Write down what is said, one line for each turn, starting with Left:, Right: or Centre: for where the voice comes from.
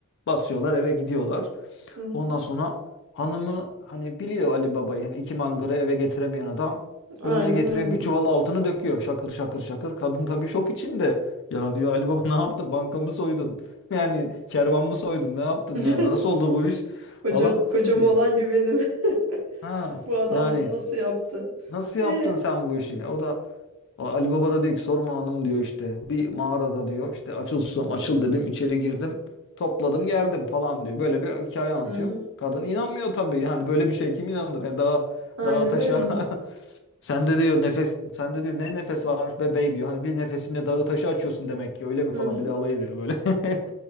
Left: basıyorlar eve gidiyorlar
Right: Hı hı.
Left: ondan sonra hanımı hani biliyor Ali Baba'yı yani iki mangırı eve getiremeyen adam
Right: Aynen
Left: önüne getiriyor
Right: öyle.
Left: bir çuval altını döküyor şakır şakır şakır <laughs> kadın tabii şok içinde ya diyor Ali Baba ne yaptın bankamı soydun <laughs> yani kervan mı soydun ne yaptın
Right: <laughs>
Left: yani nasıl oldu bu iş
Right: Koca,
Left: falan
Right: kocama
Left: Ya,
Right: olan güvenim. <laughs>
Left: ha
Right: Bu adam
Left: yani
Right: bunu nasıl yaptı?
Left: nasıl yaptın
Right: Ee,
Left: sen bu işi o da o Ali Baba da diyor ki sorma hanım diyor işte bir mağarada diyor işte açıl susam açıl dedim içeri girdim topladım geldim falan diyor. Böyle bir hikaye anlatıyor.
Right: hı hı.
Left: Kadın inanmıyor tabii yani böyle bir şey kim inanır yani daha
Right: Aynen
Left: daha taşa
Right: öyle.
Left: <laughs> sen de diyor nefes sen de diyor ne nefes varmış be bey diyor. Hani bir nefesinle dağı taşı açıyorsun demek ki öyle mi
Right: Hı
Left: falan
Right: hı.
Left: bir de alay ediyor böyle. <laughs>